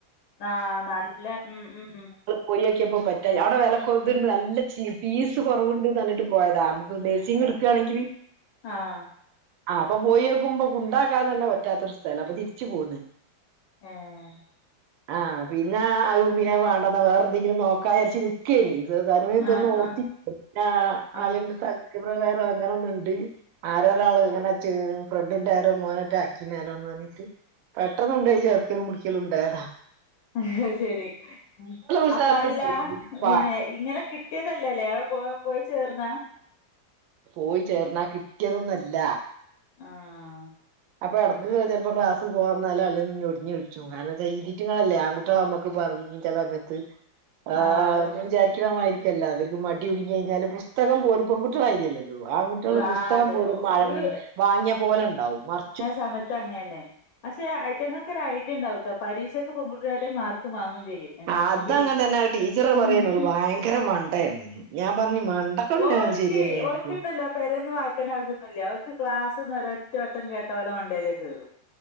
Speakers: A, on the left (about 80°); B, on the right (about 80°).
A: ആഹ് നല്ല ഉം ഉം.
B: പോയോക്യാപ്പം പറ്റായി അവ്ടെ വെലകൊത്ണ്ട് നല്ല ചീ ഫീസ് കൊറവ്ണ്ട് ന്നർഞ്ഞിട്ട് പോയതാ അമ്മക്ക് നെഴ്സിങ്‌ ക്കാണേങ്കില്
A: ആഹ്.
B: ആ അപ്പൊ പോയോകുംപ്പം കൊണ്ടാക്കാൻ തന്നെ പറ്റാത്തൊരു സ്ഥലം അപ്പൊ തിരിച്ചു പോന്ന്.
A: ഏഹ്.
B: ആ പിന്നെ അത് പിന്നെ വേണ്ടന്ന വേറെ ന്തെങ്കിലും നോക്കാചാരിച് കേനി അല്ലെതൊന്നും
A: ആഹ്
B: ഓർത്തി
A: ആഹ്
B: ന്നാ
A: ആഹ്
B: ആള്യെന്റെട്ത്താ താല്പര്യപകാരം അങ്ങനൊന്നുണ്ട് ആരോ ഒരാള് ങ്ങനെ ചേ ഫ്രണ്ടിന്റെ ആരോ മോനറ്റ അക്കീണലോന്നർഞ്ഞ്ട്ട് പെട്ടെന്നൊണ്ടോയി ചേർക്കലും പിടിക്യലുംണ്ടായതാ.
A: അത് ശെരി ഉം
B: ഉഷാറില്
A: അപ്പ അതല്ല
B: പോയി
A: പിന്നെ ഇങ്ങനെ കി ട്യതല്ലല്ലേ ആ പോയ പോയി ചേർന്നാ?
B: പോയി ചേർന്നാ കിട്ട്യാതൊന്നല്ല.
A: ആഹ്.
B: അപ്പൊ എടക്ക് ചെൽപ്പോ ക്ലാസ് പോവാന്നാലൊ അല്ലെ ഞ്ഞൊടിഞ്ഞൾച്ചും കാരണംച്ച ഇറ്റങ്ങളല്ലേ ആൺകു ട്ട്യേളമ്മക്ക് പർഞ് ചെലമെത്ത് ആ
A: ആഹ് അതന്നെ
B: അമ്മള് വിചാരിക്കി ണമായിരിക്കല്ല ഇവര്ക്ക് മടികുട് ങ്ങയ്ഞ്ഞാല് പുസ്തകം പോലും പെൺകുട്ട്യാളായ്രില്ലല്ലോ? ഉം ആൺ കുട്ട്യാള്
A: ആ
B: പുസ്തകം
A: അതന്നെ
B: പോലും
A: ഓല്
B: മഴം വാങ്യപോലെണ്ടാവും മർ
A: സമയത്തങ്ങന്നെ പക്ഷെ അയ്റ്റങ്ങക്ക് ഒരായ്ട്ട്യാണ്ടാവുട്ടോ പരീക്ഷ പ്പം പെകുട്ട്യേളാട്ടിലും മാർക്ക് വാങ്ങും ചെയ്യും എങ്ങനെങ്കിലും
B: അതങ്ങനെ തന്നെ ടീച്ചർ
A: ഉം.
B: പറയാ എന്നോട് ഭയങ്കര മണ്ടയാണ്ന്ന് ഞാൻ പറഞ്ഞു മണ്ടക്കന്നെ
A: ഓൽക്കീ
B: ശരിയന്നെയായിരിക്കും
A: ഓൽക്ക്ണ്ടല്ലോ പെരേന്ന് വായിക്കണ്ട ആവിശ്യൊന്നുല്ല്യ ഓൽക്ക് ക്ലാസ്സ്ന്ന് ഒരറ്റ വട്ടം കേട്ട ഓലെ മണ്ടേല് കേറും.